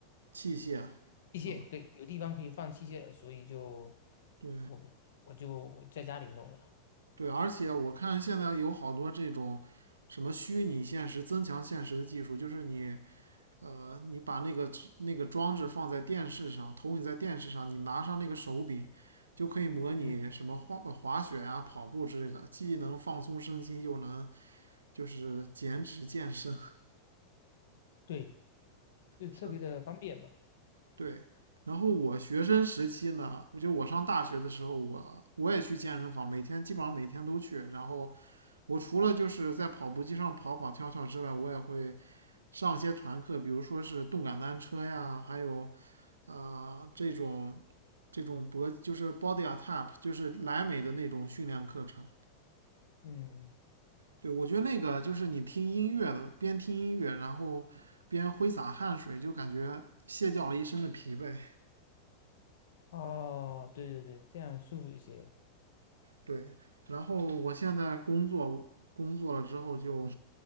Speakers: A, on the right; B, on the left.
A: 器械
B: 器械，
A: 是吧？
B: 对，有地方可以放器械了，所以就
A: 对
B: 我我就我在家里弄了，
A: 对，而且我看现在有好多这种什么虚拟现实、增强现实的技术，就是你呃，你把那个那个装置放在电视上，投影在电视上，你拿上那个手柄，就可以模拟什么滑呃滑雪啊、
B: 嗯，
A: 跑步之类的，既能放松身心，又能就是减脂健身。
B: 对，就特别的方便嘛，
A: <laughs> 是对，然后我学生时期呢，我就我上大学的时候，我我也去健身房，每天基本上每天都去。然后我除了就是在跑步机上跑跑跳跳之外，我也会上一些团课，比如说是动感单车呀，还有呃这种这种脖就是 body a t a p 就是莱美的那种训练课程。
B: 嗯，
A: 对，我觉得那个就是你听音乐的，边听音乐，然后边挥洒汗水，就感觉卸掉了一身的疲惫。
B: 哦，对对对，这样舒服一些。
A: 对，然后我现在工作工作了之后就